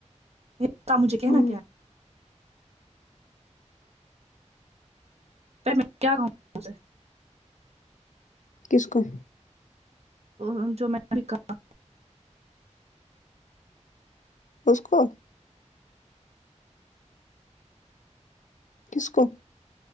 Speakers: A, on the right; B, on the left.
A: پکا مجھے کہنا
B: ہاں
A: کیا <unintelligible>
B: کس کو
A: وہ جو میں کل کہا
B: اسس کو کس کو